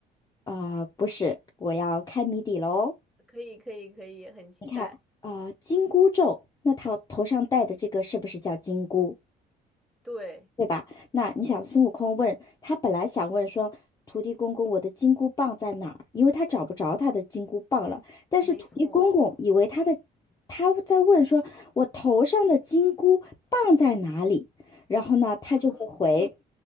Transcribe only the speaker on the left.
啊、不是，我要开谜底喽。
你看，啊、金箍咒，那他头上戴的这个是不是叫金箍？
对吧？那你想，孙悟空问他本来想问说，土地公公，我的金箍棒在哪儿？因为他找不着他的金箍棒了。但是土地公公以为他的他在问说，
我头上的金箍棒在哪里？然后呢，他就会回